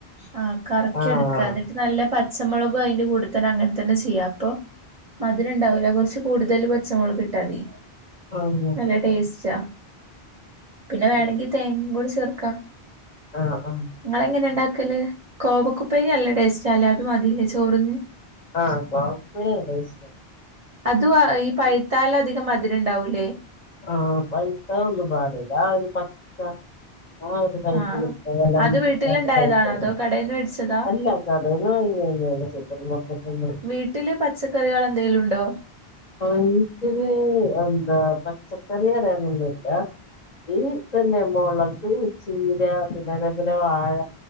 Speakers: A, on the right; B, on the left.
A: ആ കറെക്കിയെടുക്ക്.
B: ആഹ്
A: ക്കാ എന്നിട്ട് നല്ല പച്ചമൊളകും അതിന്റെ കൂടെത്തന്നെ അങ്ങനെ തന്നെ ചെയ്യാ അപ്പൊ മധുരം ഒണ്ടാവൂല കൊറെച്ച് കൂടുതല് പച്ചമൊളകിട്ടാതി.
B: ആഹ്
A: നല്ല ടേസ്റ്റാ പിന്നെ
B: ശരി
A: വേണെങ്കി തേങ്ങയും കൂടെ ചേർക്കാ.
B: ആഹ് ആഹ്
A: നിങ്ങള് എങ്ങനെ ഉണ്ടാക്കല്? കോവക്കുപ്പേരി നല്ല ടേസ്റ്റാല്ലേ. അത് മതില്ലേ ചോറിന്?
B: ആഹ് കോവെക്കുപ്പേരി നല്ല ടേസ്റ്റാ.
A: അത് ഈ പഴുത്താല് അധികം മധുരം ഒണ്ടാവൂല്ലേ?
B: ആ പഴുത്തതോന്നും പാടില്ല ഒരു പച്ച ആ ഒരു ടൈപ്പില്
A: ആഹ്
B: ഉള്ളത് എല്ലാം
A: അത്
B: ഇപ്പൊ
A: വീട്ടിലുണ്ടായതാണോ
B: കിട്ടാത്ത ടൈപ്പാ,
A: അതോ കടേന്ന് മേടിച്ചതാ
B: അല്ല കടേന്ന് വാങ്ങിയതല്ല, മാർക്കെറ്റീന്ന്.
A: വീട്ടില് പച്ചക്കറികൾ എന്തെലും ഉണ്ടോ?
B: ഓൻതില് എന്താ പച്ചക്കറി അരിയൊന്നുല്ല. ഈ പിന്നെ മൊളക്, ചീര പിന്നെ അതേപോലെ വാഴ.